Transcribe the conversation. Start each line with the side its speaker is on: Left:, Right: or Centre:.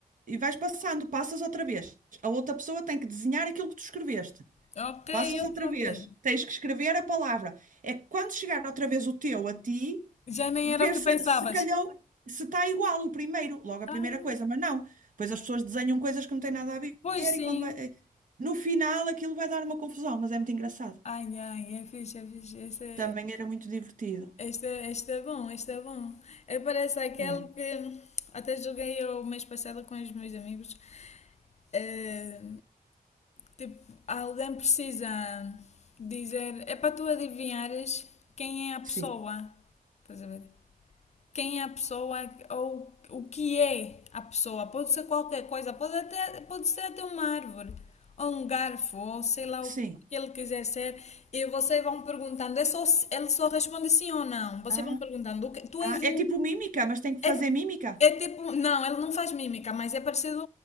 Right: e vais passando, passas outra vez. A outra pessoa tem que desenhar aquilo que tu escreveste.
Left: Ok,
Right: Passas
Left: eu
Right: outra
Left: estou
Right: vez,
Left: a ver.
Right: tens que escrever a palavra. É que quando chegar outra vez o teu a ti,
Left: Já nem
Right: ver
Left: era o que
Right: se,
Left: pensavas.
Right: se calhou, se está igual o primeiro, logo a
Left: Ah,
Right: primeira coisa, mas não. Pois as pessoas desenham coisas que não têm nada a ver
Left: pois sim.
Right: e quando vai, eh, no final aquilo vai dar uma confusão, mas é muito engraçado.
Left: Ai, ai, é fixe, é fixe. Esse, é,
Right: Também era muito divertido.
Left: Este, este é bom, este é bom. Eh, Parece aquele
Right: É,
Left: que até joguei eu o mês passado com os meus amigos. Eh, tipo, alguém precisa dizer, é para tu adivinhares quem é a pessoa.
Right: sim,
Left: Estás a ver? quem é a pessoa ou o que é a pessoa. Pode ser qualquer coisa, pode, até, pode ser até uma árvore, ou um garfo, ou sei lá
Right: sim.
Left: o que ele quiser ser. E vocês vão perguntando, é só, ele só responde sim ou não. Vocês
Right: Ah,
Left: vão perguntando, "O que- tu és
Right: ah,
Left: um.
Right: é tipo mímica, mas tem que
Left: É,
Right: fazer mímica.
Left: é tipo, não, ele não faz mímica, mas é parecido